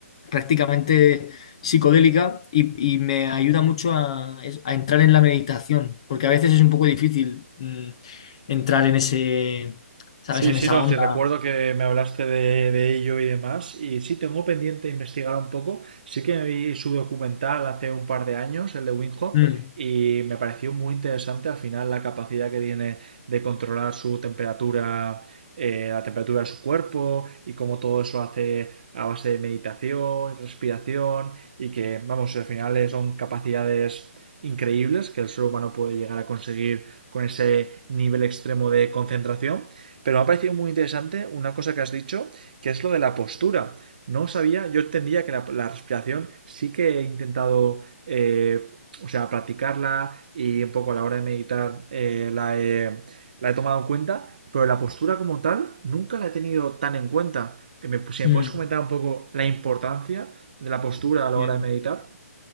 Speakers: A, on the left; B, on the right.
A: prácticamente psicodélica y, y me ayuda mucho a, a entrar en la meditación, porque a veces es un poco difícil mm, entrar en ese, ¿sabes?
B: Sí,
A: En
B: sí,
A: esa
B: no,
A: onda.
B: sí, recuerdo que me hablaste de, de ello y demás. Y sí, tengo pendiente investigar un poco. Sí que vi su documental hace un par de años, el de Winghoff,
A: Mm,
B: y me pareció muy interesante al final la capacidad que tiene de controlar su temperatura, eh, la temperatura de su cuerpo y cómo todo eso hace a base de meditación, respiración y que, vamos, al final eh, son capacidades increíbles que el ser humano puede llegar a conseguir con ese nivel extremo de concentración pero me ha parecido muy interesante una cosa que has dicho, que es lo de la postura. No sabía, yo entendía que la, la respiración sí que he intentado, eh, o sea, practicarla y un poco a la hora de meditar eh, la, he, la he tomado en cuenta, pero la postura como tal nunca la he tenido tan en cuenta. Eh, me- si me
A: mm,
B: puedes comentar un poco la importancia de la postura
A: sí.
B: a la hora de meditar.